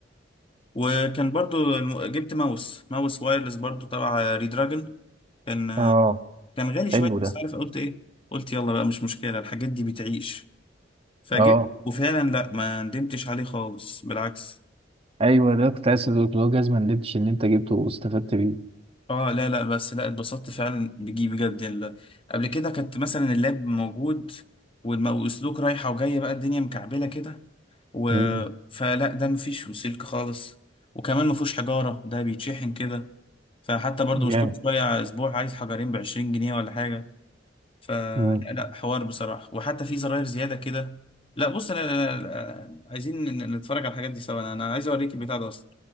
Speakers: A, on the left; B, on the right.
A: وكان برضو الم- جبت ماوس ماوس وايرلس برضو تبع ريدراجون كان
B: اه
A: كان غالي شوية
B: حلو
A: بس
B: ده
A: عارف قلت ايه قلت يلا بقى مش مشكلة الحاجات دي بتعيش فجبت
B: اه
A: وفعلا لا ما ندمتش عليه خالص بالعكس
B: ايوه ده كنت عايز اقول لك، اللي هو جزمه اللبش اللي انت جبته واستفدت بيه
A: اه لا لا بس لا اتبسطت فعلا بجي بجد ال- قبل كده كانت مثلا اللاب موجود والم- والسلوك رايحة وجاية بقى الدنيا مكعبلة كده و...
B: مم.
A: فلا ده مفيش سلك خالص وكمان مفهوش حجارة ده بيتشحن كده فحتى برضو
B: جامد
A: مش كل شوية أسبوع عايز حجرين بعشرين جنيه ولا حاجة فلا
B: مم.
A: لا لا، حوار بصراحة وحتى في زراير زيادة كده لا بص لا لا لا عايزين ن- نتفرج على الحاجات دي سوا أنا أنا عايز أوريك البتاع ده أصلا